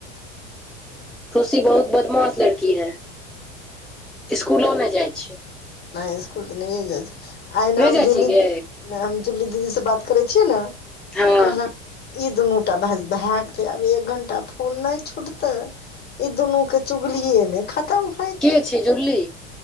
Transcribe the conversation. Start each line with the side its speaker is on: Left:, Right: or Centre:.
Left: ओ।
Centre: खुशी बहुत बदमाश लड़की है, स्कूलो नै जाय छै।
Left: नै स्कूल तऽ नहिये जाय छै, एहना
Centre: नहि जाइ
Left: मे जूली
Centre: छी गे
Left: नै हम जूली दीदी से बात करे छियै ने
Centre: हँ
Left: कहलक ई दुनूटा बस <unintelligible> के आब एक घंटा फोन नै छूटतै, ई दुनू के चुगलिये नै खत्म
Centre: के छै जुली।